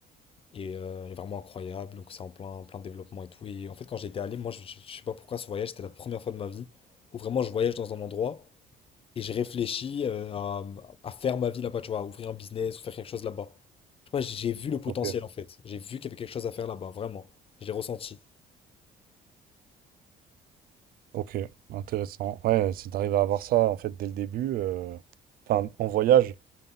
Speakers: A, on the left (about 35°); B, on the right (about 60°).
A: Et euh, elle est vraiment incroyable, donc c'est en plein, en plein développement et tout. Et en fait, quand j'étais allé, moi, je, je- sais pas pourquoi ce voyage, c'était la première fois de ma vie où vraiment je voyage dans un endroit et je réfléchis euh, à, à faire ma vie là-bas, tu vois, à ouvrir un business ou faire quelque chose là-bas. Je sais pas, j'ai vu le potentiel
B: Ok,
A: en fait. J'ai vu qu'il y avait quelque chose à faire là-bas, vraiment. Je l'ai ressenti.
B: ok, intéressant. Ouais, si t'arrives à avoir ça, en fait, dès le début, euh, enfin, en voyage,